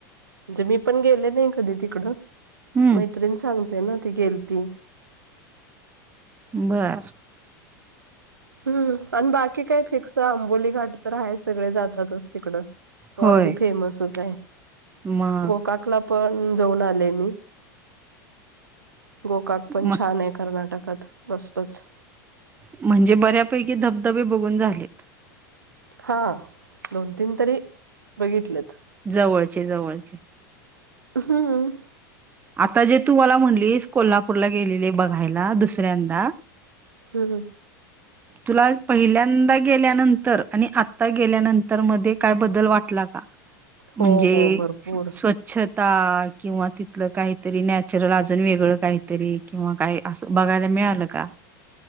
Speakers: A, on the right; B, on the right.
A: म्हणजे मी पण गेले नाही कधी तिकड.
B: हम्म
A: म त्रिन सांगते ना. ती गेल ती.
B: बर
A: हम्म आणि बाकी काय फिक्स आहे आंबोली घाट तर आहे सगळे जातातच तिकड. तो
B: होय
A: अगदी फेमसच आहे
B: मग
A: गोगर्क ला पण जाऊन आले मी. गोकर्क पण
B: म-
A: छान आहे कर्नाटकात मस्तच.
B: म्हणजे बऱ्यापैकी धबधबे बघून झालेत.
A: हा दोन तीन तरी बघितलेत.
B: जवळचे जवळचे.
A: हम्म.
B: आता जे तू मला म्हणलीस कोल्हापूरला गेलेले बघायला दुसऱ्यांदा
A: हम ह.
B: तुला पहिल्यांदा गेल्यानंतर आणि आता गेल्यानंतर मध्ये काय बदल वाटला का? म्हणजे
A: हो हो भरपूर
B: स्वच्छता किंवा ति ल काहीतरी नॅचरल अजून वेगळ काहीतरी किंवा काही असं बघायला मिळाल का?